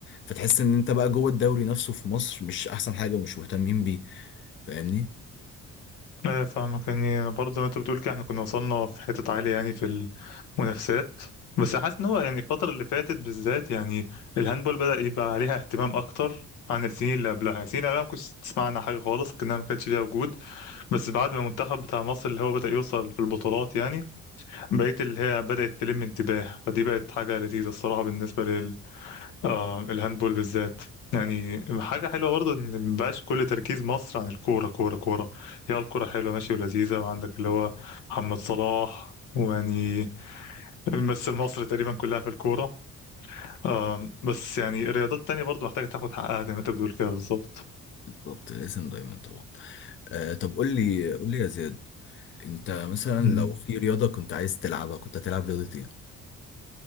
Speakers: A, on the left; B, on the left.
A: فتحس ان انت بقى جوه الدوري نفسه في مصر مش احسن حاجه ومش مهتمين بيه فاهمني
B: لا فاهمك يعني برضه زي ما انت بتقول كده احنا كنا وصلنا في حتة عالية يعني في المنافسات بس حاسس ان هو يعني الفترة اللي فاتت بالذات يعني الهاندبول بدأ يبقى عليها اهتمام اكتر عن السنين اللي قبلها يعني السنين اللي قبلها ما كنتش تسمع عنها حاجة خالص كأنها ما كانتش ليها وجود بس بعد ما المنتخب بتاع مصر اللي هو بدأ يوصل في البطولات يعني بقيت اللي هي بدأت تلم انتباه فدي بقت حاجة لذيذة الصراحة بالنسبة لل آه الهاندبول بالذات يعني حاجة حلوة برضه إن مبقاش كل تركيز مصر عن الكورة كورة كورة هي الكورة حلوة ماشي ولذيذة وعندك اللي هو محمد صلاح ويعني ممثل مصر تقريبا كلها في الكورة آم، بس يعني الرياضات التانية برضه محتاجة تاخد حقها زي ما أنت بتقول كده بالظبط
A: بالظبط الاسم دايما طبعا آه طب قول لي قول لي يا زياد انت مثلا
B: مم.
A: لو في رياضة كنت عايز تلعبها كنت هتلعب رياضة ايه؟